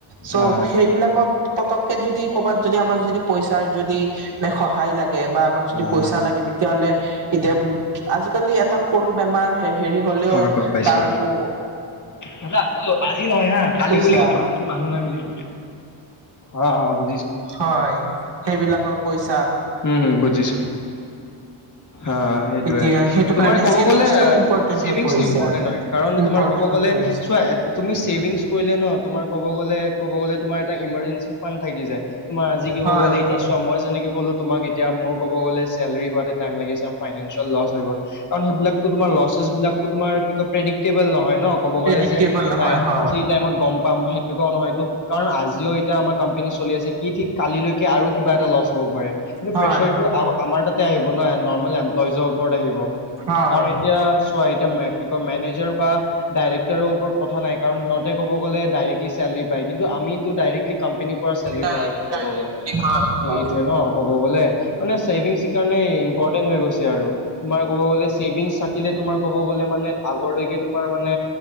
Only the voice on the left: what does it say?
হা
হা
হা
হা গম পাইছো
দাদা অ, আজি নহয় হা কালি
বুলি কবা, আজি মানুহ নাই বুলি কবা, অঁ, অঁ, বো
উম হম বুজিছো। অ', সেইটোয়ে।
তোমাৰ
কব
গলে
ছেভিংছ
ইম্পৰটেন্ট
হয় কাৰণ
তোমাৰ ক'ব গলে
চোৱা তুমি ছেভিংছ কৰিলে ন তোমাৰ ক'ব গ'লে ক'ব গলে তোমাৰ এটা ইমাৰজেঞ্চি ফানড থাকি যায়, তোমাৰ আজি ক'ব
গ'লে এতিয়া
চোৱা মই যেনেকে ক'লো তোমাক এতিয়া মোৰ ক'ব গ'লে চেলেৰি হোৱাত লিয়েল ল হৈ গল কাৰণ সেইবিলাকৰ লেছ বিলাকো তোমাৰ কি ক প্ৰেডিক্টেবল নহয়। ন ক'ব
গ'লে যে
নাই
এইখিনি টাইমত গম পাম বা সেনেকুৱাও নহয়টো কাৰণ আজিও এতিয়া আমাক আছে ক আৰু কিবা এটা ল হব প কি
প্ৰেচাৰ
তো আমাৰ তাতে আহিব। হ নৰ্মেল এমপ্লয়ইজৰ ওপৰত আহিব।
কাৰণ এতিয়া চোৱা এতিয়া কি কয় মেনেজাৰ বা ডাইৰেক্টৰ ওপৰত কথাই কাৰণ ইহঁতে ক'ব গ'লে ডাইৰেক্লি চেলেৰি পায় কিন্তু আমিতো ডাইৰেক্টলি কোম্পনীৰ পৰা চেলৰি
পাওঁ এয়া
ক'ব গলে
সেইটোৱে ন ক'ব গ'লে মানে চছেভিংছ কাৰণে আৰু তোমাৰ কব গলে, চেভিংচ থাকিলে তোমাৰ কব গলে মানে আগৰ লৈকে তোমাৰ মানে